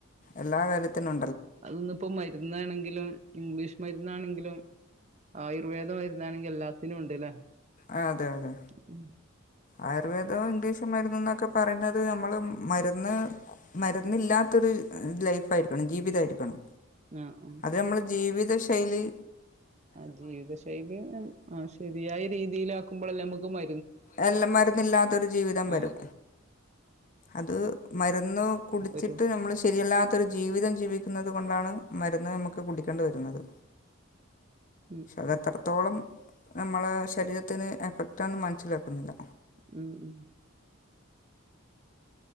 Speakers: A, on the left (about 40°); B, on the right (about 30°).
A: എല്ലാ കാര്യത്തിനും
B: അത് ന്ന് ഇപ്പോ മര്ന്നാണെങ്കിലും ഇംഗ്ലീഷ് മര്ന്നാണെങ്കിലും ആയുർവേദ മര്ന്നാണെങ്കി എല്ലാത്തിനു ഉണ്ട് ലെ
A: ആ അതെ അതെ
B: ഉം
A: ആയുർവേദവും ഇംഗ്ലീഷ് മര്ന്ന്ന്നൊക്കെ പറിണത് നമ്മള് മരുന്ന് മര്ന്നില്ലാത്തൊര് ലൈഫായിരിക്കണം ജീവിത ആയിരിക്കണം
B: ആഹ് ഉം
A: അത് നമ്മളെ ജീവിത ശൈലി
B: ആ ജീവിത ശൈലി ആ ശരിയായ രീതിയിലാക്കുമ്പളല്ലേ നമുക്ക് മ
A: അല്ല മര്ന്നില്ലാത്തൊരു ജീവിതം വരൂ
B: ആഹ്
A: അത് മരുന്ന് കുടിച്ചിട്ട്
B: വരും
A: നമ്മള് ശരിയല്ലാ ത്തൊരു ജീവിതം ജീവിക്കുന്നത് കൊണ്ടാണ് മരുന്ന് നമുക്ക് കുടിക്കേണ്ടി വരുന്നത്
B: ഉം
A: അത് എത്രത്തോളം നമ്മളെ ശരീരത്തിന് എഫക്റ്റാണ് മൻസ്സിലാക്കുന്നില്ല
B: ഉം ഉം